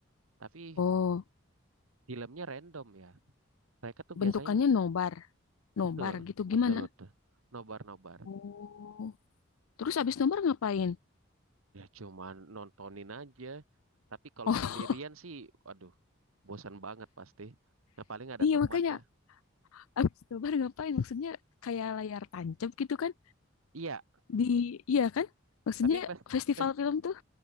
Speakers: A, on the right (about 80°); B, on the left (about 85°).
A: Tapi
B: oh,
A: filmnya random ya. Mereka tuh
B: bentukannya
A: biasanya ng-
B: nobar. Nobar
A: betul,
B: gitu
A: betul
B: gimana?
A: tuh. Nobar-nobar.
B: Oh, terus abis nobar ngapain?
A: Ya cuman nontonin aja. Tapi kalau
B: Oh,
A: sendirian sih, waduh, bosan banget pasti. Nah
B: <laughs>
A: paling ada
B: iya
A: teman
B: makanya
A: lah.
B: Abis nobar ngapain? Maksudnya kayak layar tancap gitu kan?
A: Iya,
B: Di iya kan? Maksudnya
A: tapi fes-
B: festival
A: festival
B: film tuh